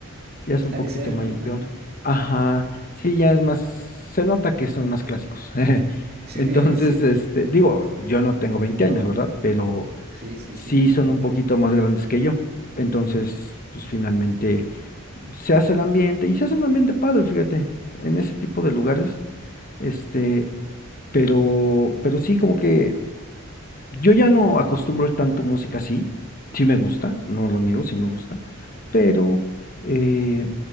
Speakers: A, on the left; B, on the right.
A: Ya es un
B: ha
A: poquito
B: de ser,
A: mayor.
B: ¿no? Ajá. <laughs>
A: Ajá, sí, ya es más, se nota que son más clásicos. <laughs>
B: Sí,
A: Entonces,
B: sí,
A: este, digo, yo no tengo 20 años, ¿verdad? Pero
B: sí, sí,
A: sí
B: sí, ni
A: son
B: yo.
A: un poquito más grandes que yo. Entonces, pues finalmente se hace el ambiente y se hace un ambiente padre, fíjate, en ese tipo de lugares, este, pero, pero sí como que yo ya no acostumbro tanto música así. Sí me gusta, no lo niego, sí me gusta. Pero eh,